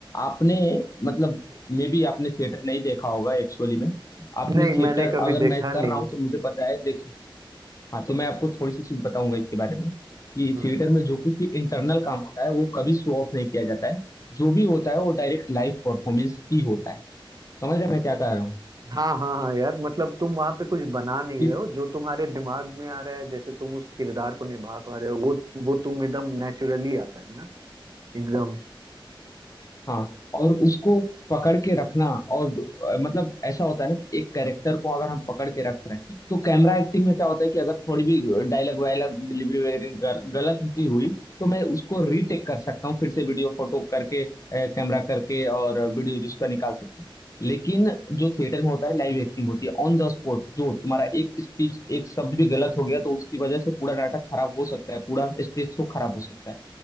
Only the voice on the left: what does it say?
आपने मतलब मे भी आपने थिएटर नहीं देखा होगा एक्चुअली में आपने
थिएटर
अगर
मैं कर
रहा
हूँ तो मुझे पता है देखिए हाँ तो मैं आपको थोड़ी सी चीज बताऊंगा इसके बारे में कि
थिएटर में जो कुछ भी इंटरनल काम होता है वो कभी शो ऑफ नहीं किया जाता है जो भी होता है वो डायरेक्ट लाइव परफॉर्मेंस ही होता है समझ रहे हैं मैं क्या कह रहा हूँ
कि
हाँ और उसको पकड़ के रखना और दो- अ, मतलब ऐसा होता है ना कि एक कैरेक्टर को अगर हम पकड़ के रख रहे हैं तो कैमरा एक्टिंग में क्या होता है कि अगर थोड़ी भी डायलॉग वायलॉग डिलीवरी वगैरह गल- गलत भी हुई तो मैं उसको रीटेक कर सकता हूँ फिर से वीडियो फोटो करके कैमरा करके और वीडियो जिसका निकाल सकता हूँ लेकिन जो थिएटर में होता है लाइव एक्टिंग होती है ऑन द स्पॉट जो तुम्हारा एक स्पीच एक शब्द भी गलत हो गया तो उसकी वजह से पूरा नाटक खराब हो सकता है पूरा स्टेज शो खराब हो सकता है